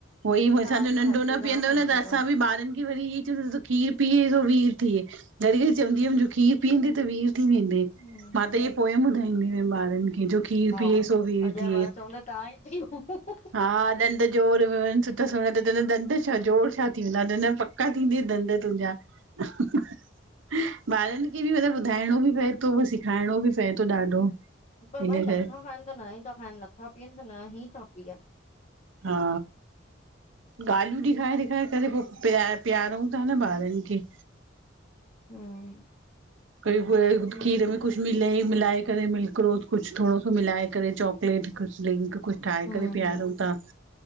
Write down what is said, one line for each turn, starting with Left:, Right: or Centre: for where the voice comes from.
Right: उहो ई
Left: तव्हांजी
Right: असांजो नंढो
Left: शादी
Right: न
Left: खे घणो
Right: पीअंदो
Left: टाइम
Right: न त
Left: थियो तव?
Right: असां बि ॿारन खे वरी इहे चवन्दा खीर पीए सो वीर थिए। घड़ी घड़ी चवंदी आ। जो खीर पीअंदे त वीर थी वेंदी
Left: हम्म
Right: मां त इय पोयम ॿुधाईंदी हुयम ॿारन खे जो खीर
Left: हा
Right: पीए सो वीर
Left: अॻियां
Right: थिए
Left: ॿार चवंदा तव्हां ई पियो।
Right: हा ॾंद जोर सुठा सुणा त च ॾंद जोर छा थी वेंदा ॾद पक्का पका थींदे ॾद तुंहिंजा ॿारन। मुखे भी मतब ॿुधाइणो बि पए तो सिखाइणो बि पए तो ॾाढो।
Left: पर
Right: हिन
Left: भई नथा
Right: करे
Left: खाएन त न ई था खाएन नथा पीयन त न ही ता पीयन।
Right: हा ॻाल्हियूं ॾेखाए ॾेखारे करे पो प्यार प्यारउं ता न ॿारन खे।
Left: हम्म
Right: उ
Left: हम्म
Right: खीर <unintelligible> कुछु मिले मिलाए करे मिल्क रोज़ कुछु थोङो सो मिलाए करे, चॉकलेट कुछु ड्रिंक कुछु ठाहे
Left: हम्म
Right: करे पीआरंउं था।